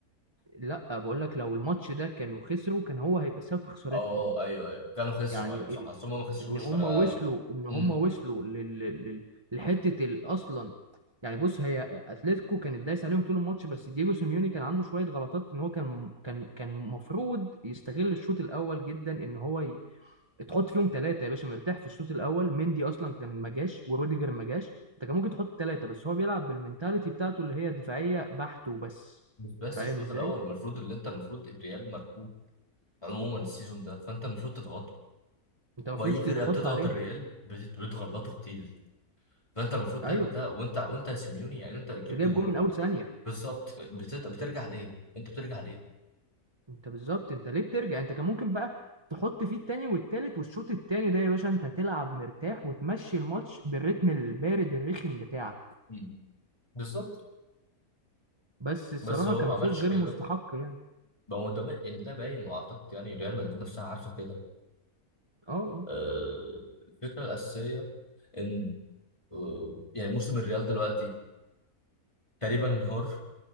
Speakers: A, on the right (about 20°); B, on the left (about 20°).
A: لا بقول لك لو الماتش ده كانوا خسروا كان هو هيبقى سبب في خسارتهم
B: اه آه، آه، ايوه ايوه كانوا خسروا
A: يعني
B: ايوه صح
A: ال...
B: اصل هم ما خسروش
A: ان هم
B: فانا
A: وصلوا ان هم
B: امم
A: وصلوا لل... لل... لحته ال- اصلا يعني بص هي اتلتيكو كانت دايسه عليهم طول الماتش بس دييجو سيميوني كان عنده شويه غلطات ان هو كان كان كان المفروض يستغل الشوط الاول جدا ان هو ي... تحط فيهم ثلاثه يا باشا مرتاح في الشوط الاول مندي اصلا كان ما جاش وروديجر ما جاش انت كان ممكن تحط ثلاثه بس هو بيلعب بالمنتاليتي بتاعته اللي هي دفاعيه بحت وبس
B: مش بس
A: فاهم
B: الشوط
A: ازاي
B: الاول المفروض اللي انت المفروض الريال مركوب عموما السيزون ده فانت المفروض تضغطه
A: انت المفروض
B: واي فرقه
A: تحط
B: بتضغط
A: عليهم
B: الريال بت- بتغلطه كتير فانت المفروض تعمل
A: ايوه
B: ده وانت وانت يا سيميوني يعني انت جبت
A: انت جايب
B: جون
A: جون من اول ثانيه
B: بالظبط بتت- بترجع ليه؟ انت بترجع ليه؟
A: انت بالظبط انت ليه بترجع انت كان ممكن بقى تحط فيه التاني والتالت والشوط التاني ده يا باشا انت هتلعب مرتاح وتمشي الماتش بالريتم البارد الرخم بتاعك
B: مم. بالظبط
A: بس الصراحة
B: بس هو
A: كان
B: ما عملش
A: فوز غير
B: كده
A: مستحق يعني
B: ما هو ده بقى- يعني ده باين واعتقد يعني ريال مدريد نفسها عارفه كده
A: اه
B: آه، الفكره الاساسيه ان آه، يعني موسم الريال دلوقتي تقريبا انهار